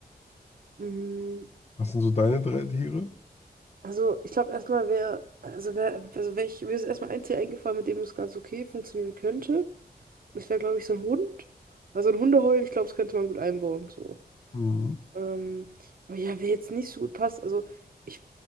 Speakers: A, on the right; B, on the left.
A: Mm,
B: Was sind so deine drei Tiere?
A: Also, ich glaube erstmal wäre, also wäre, also wär ich, mir ist erstmal ein Tier eingefallen, mit dem es ganz okay funktionieren könnte. Das wäre, glaube ich, so ein Hund. Also ein Hundeheulen, ich glaube, das könnte man gut einbauen. So.
B: Mhm.
A: Ähm, aber ja, wer jetzt nicht so gut passt, also ich,